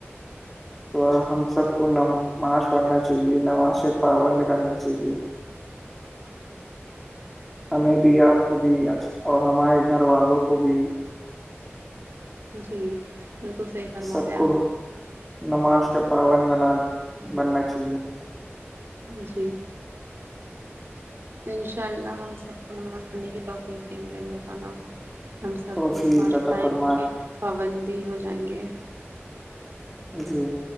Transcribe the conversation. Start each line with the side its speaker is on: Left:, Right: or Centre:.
Centre: تو ہم سب کو نماز پڑھنا چاہیے نماز سے پابند کرنا چاہیے ہمیں بھی آپ کو بھی اور ہمارے گھر والوں کو بھی
Right: جی بالکل صحیح فرما
Centre: سب
Right: رہے ہیں
Centre: کو نماز کا پابند بنا بننا چاہیے
Right: جی انشاء اللہ ہم سب کو نماز پڑھنے کی توقیف دیں گے اللہ خانا ہم سب
Centre: توفیع
Right: بھی پہچ
Centre: عطا
Right: پائیں
Centre: فرمائے
Right: کہ پابندی ہو جائیں گے
Centre: جی